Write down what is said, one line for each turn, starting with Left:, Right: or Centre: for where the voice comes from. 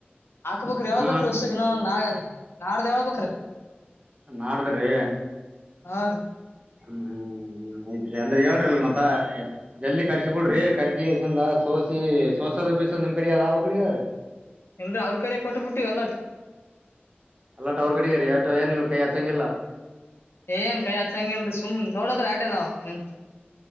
Left: ಹಾಕ್ಬೇಕ್ರಿ ಹೇಳಬೇಕ್ರಿ
Right: ಹಾ
Left: ಒಸುಗಿನ ಒಂದ್ ನಾಳೆನ. ನಾಡ್ದ ಹೇಳ್ ಬೇಕ್ರಿ.
Right: ನಾಡ್ದ್ ರಿ.
Left: ಹಾ ರೀ
Right: ಹ್ಮ್ ಹ್ಮ್ ಹ್ಮ್ ಆಯ್ತ್ ಇ ಅಂದ್ರೆ
Left: ಹಾ
Right: ಹೇಳ್ರಲ ಮತ್ತ. ಜಲ್ದಿ ಕರ್ಸಿ ಬಿಡ್ರಿ ಕರ್ಸಿಗೇಸಿಂದ ಸೋಸಿ ಸೋಸದ ಬೀಸದ್ ನಿಮ್ ಕಡಿಗ್ ಅದ ಅವ್ರ ಕಡಿಗ್ ಆದ್ರಿ.
Left: ದ ಅವ್ರ ಕರೆ ಕೊಟ್ಟಬಿಟ್ಟು ಎಲಾಟ್.
Right: ಅಲ್ಲಟ ಅವ್ರ ಕಡಿಗರಿ ಏಟ ಏನ್ ನಿಮ್ ಕೈ ಹಚ್ಚಂಗಿಲ್ಲ.
Left: ಏನ್ ಕೈ ಹಚಂಗಿಲ್ರಿ ಸುಮ್ ನೋಡದ್ರ ಆಟೇ ನಾವ್ ನಿಂತ.